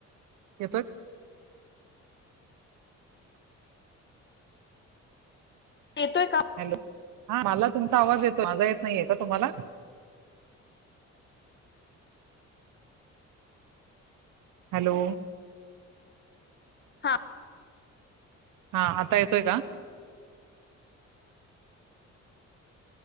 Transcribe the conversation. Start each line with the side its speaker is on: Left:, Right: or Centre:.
Right: येतोय.
Left: येतोय का?
Right: हॅलो हा मला तुमचा आवाज येतोय. माझा येत नाहीये का तुम्हाला. हॅलो
Left: हा
Right: हा आता येतोय का?